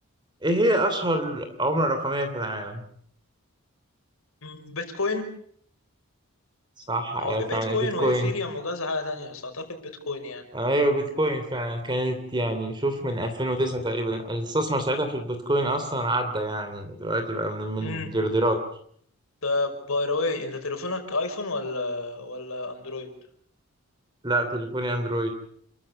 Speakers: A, on the right (about 20°); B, on the left (about 75°).
A: ايه هي اشهر عملة رقمية في العالم
B: مم. بيتكوين
A: صح آه،
B: هو في
A: فعلا
B: بيتكوين
A: بيتكوين
B: وايثيريوم وكذا حاجة تانية بس اعتقد بيتكوين يعني
A: ايوه بيتكوين فعلا كانت يعني شوف من 2009 تقريبا الاستثمار ساعتها في البيتكوين اصلا عدى يعني دلوقتي بقى من المليارديرات
B: مم. طب باي ذا واي انت تليفونك ايفون ولا ولا اندرويد
A: لا تليفوني اندرويد